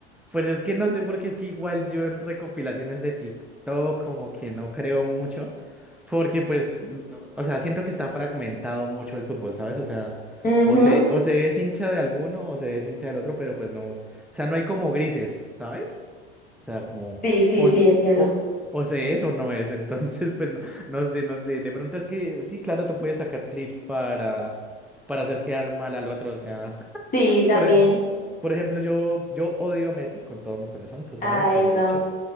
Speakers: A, in the centre; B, on the left.
A: Pues es que no sé, porque es que igual yo en recopilaciones de TikTok como que no creo mucho, porque pues, n- no, o sea, siento que está fragmentado mucho el fútbol, ¿sabes? O sea,
B: Ujú.
A: o se, o se es hincha de alguno o se es hincha del otro, pero pues no, o sea, no hay como grises, ¿sabes? O sea, como,
B: Sí, sí,
A: o,
B: sí,
A: s-
B: entiendo.
A: o, o- o se es o no es. <laughs> Entonces, pues no, no sé, no sé. De pronto es que sí, claro, tú puedes sacar clips para, para hacer quedar mal al otro. O sea,
B: Sí,
A: <laughs>
B: también.
A: por, e- por ejemplo, yo, yo odio a Messi con todo mi corazón, tú sabes,
B: Ay,
A: te lo
B: no,
A: he dicho.